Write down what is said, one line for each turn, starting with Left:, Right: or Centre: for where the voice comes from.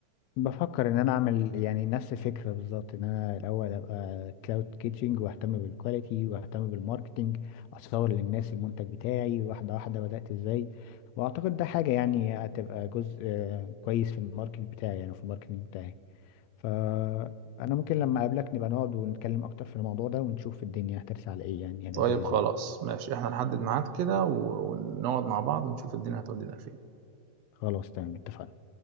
Left: بفكر ان انا اعمل يعني نفس الفكره بالظبط ان انا الاول ابقى كلاود كيتشنج واهتم بالكواليتي واهتم بالماركتنج اصور للناس المنتج بتاعي واحده واحده بدات ازاي واعتقد ده حاجه يعني هتبقى جزء آه، كويس في الماركت بتاعي يعني في الماركتنج بتاعي فأنا ممكن لما أقابلك نبقى نقعد ونتكلم أكتر في الموضوع ده ونشوف الدنيا هترسى على إيه يعني هنبدأ
Right: طيب
Left: إزاي
Right: خلاص ماشي احنا نحدد ميعاد كده و- ونقعد مع بعض ونشوف الدنيا هتودينا فين
Left: خلاص تمام اتفقنا